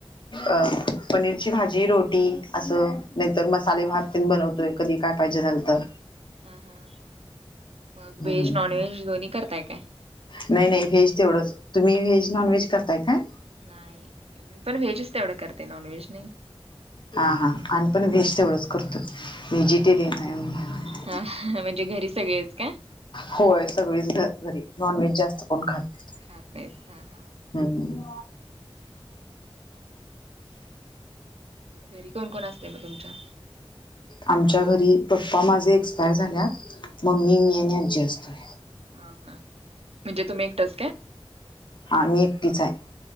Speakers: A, on the left; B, on the right.
A: अ पनीरची भाजी-रोटी असं, नाहीतर मसाले भात तेन बनवत तोय कधी काय पाहिजे झालं तर.
B: हा, हा. मग
A: हम्म.
B: व्हेज -नॉनव्हेज दोन्ही करताय काय?
A: नाही- नाही व्हेज तेवढंच. तुम्ही व्हेज नॉन व्हेज करताय काय?
B: नाही मी पण व्हेजच तेवढं करते, नॉनव्हेज नाही.
A: हा, हा. आम्हीपण व्हेज तेवढंच करतोय व्हेजिटेरियन हाय आम्ही.
B: हा.. म्हणजे घरी सगळेच काय?
A: होय सगळीच घ घरी नॉनव्हेज जास्त कोण खात
B: खात नाहीत हा, हा.
A: हम्म
B: घरी कोण -कोण असतंय म तुमच्या?
A: आमच्या घरी पप्पा माझे एक्सपायर झाल्यात मम्मी, मी आणि आजी असतोय.
B: ह हा म्हणजे तुम्ही एकटंच काय?
A: हां मी एकटीच आहे.